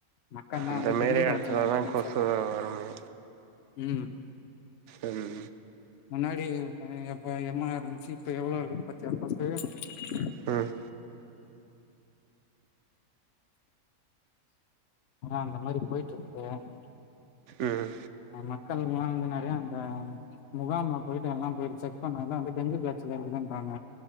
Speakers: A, on the left; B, on the right.
A: மக்கள்ல்லா
B: இந்த
A: வந்து
B: மாரி
A: டெங்கு காய்ச்சல்
B: எடத்துலதா
A: வந்த மாரி
B: கொசு
A: சொல்றாங்க
B: வருமே
A: உம்
B: உம்
A: முன்னாடி எம் ஆர் இன்ச்சு இப்ப எவ்ளோ இருக்கு பாத்தியா <unintelligible>
B: ம்
A: ஆ அந்த மாதிரி போயிட்டுருக்கு பிரதர்.
B: ம்
A: மக்கள் எல்லா வந்து நெறயா அந்த முகாம்ல போயிட்டு எல்லா போயிட்டு செக் பண்ணதுல வந்து டெங்கு காய்ச்சல இருக்குதுன்றாங்க,